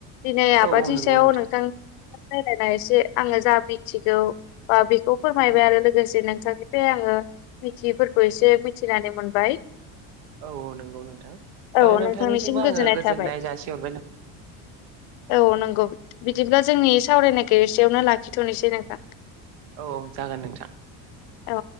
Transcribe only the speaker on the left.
दिनै आबादनि
सायाव नोंथां रायलायनाय एसे आङो जा मिथिगौ बा बेखौ फोरमायबाय आरो लोगोसे नोंथांनिफ्राय आङो मिथियैफोरखौ एसे मिथिनानै मोनबाय।
औ
नोंथांनिसिम
थाबाय
औ नंगौ बिदिब्ला जोंनि सावरायनायखौ एसेयावनो लाखिथ'नोसै नोंथां।
औ।